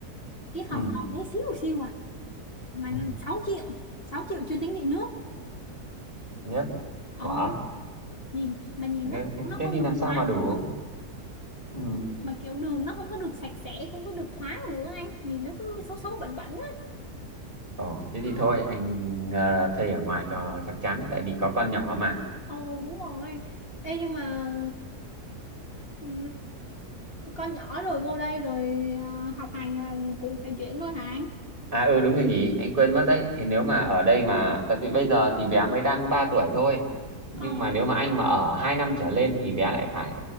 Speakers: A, on the left; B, on the right.
A: cái
B: Ừ.
A: phòng trọ bé xíu xíu à mà
B: <laughs>
A: sáu triệu 6 triệu chưa tính điện nước
B: Tiếp.
A: ờ
B: Quả.
A: nhìn mà nhìn
B: Nếu
A: nó
B: thế
A: nó
B: Tết
A: không
B: thì
A: được
B: làm sao
A: thoáng
B: mà đủ?
A: nữa
B: Ừ.
A: mà kiểu đường nó không có được sạch sẽ không có được thoáng nữa anh nhìn nó cứ xấu xấu bẩn bẩn á
B: Ồ, thế thì
A: ờ
B: thôi, anh ờ, thuê ở ngoài cho chắc chắn, tại vì có con nhỏ mà.
A: ồ đúng rồi Ê nhưng mà ừ, ờ, con nhỏ rồi vô đây rồi ờ, học hành là cũng phải chuyển luôn hả anh
B: À ừ đúng rồi nhỉ, anh quên mất đấy. Thì nếu mà ở đây mà tại vì bây giờ thì bé mới đang 3 tuổi thôi. Nhưng
A: ờ
B: mà nếu mà anh mà ở 2 năm trở lên thì bé lại phải